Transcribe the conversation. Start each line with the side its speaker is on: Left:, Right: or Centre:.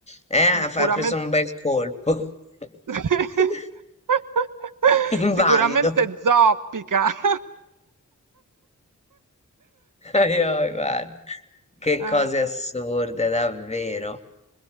Left: eh, Ha
Right: Sicuramente,
Left: fa- ha preso un bel colpo.
Right: <laughs>
Left: <laughs> È invalido.
Right: sicuramente zoppica. <laughs>
Left: Ai, ai, guarda. Che
Right: Eh,
Left: cose assurde, davvero.